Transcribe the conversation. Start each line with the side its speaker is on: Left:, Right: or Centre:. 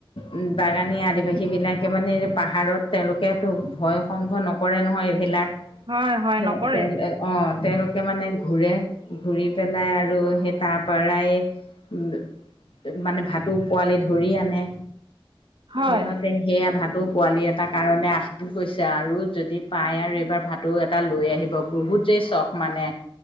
Left: উ বাগানী আদি। সীবিলাকে মানে পাহাৰত তেওঁলোকেতো ভয় সংঘ নকৰে নহয় এইবিলাক।
Right: হয় হয়
Left: <unintelligible>
Right: নকৰে
Left: অ তেওঁলোকে মানে ঘূৰে ঘূৰি পেলাই আৰু সেই তাৰ পৰাই, উ, মানে ভাটৌ পোৱালি ধৰি আনে
Right: হয়
Left: সিহঁতে সেয়া ভাটৌ পোৱালি এ এটা কাৰণে আশাত গৈছে আৰু যদি পায় আৰু এইবাৰ ভাতৌ এটা লৈ আহিব বহুত, ই চখ মানে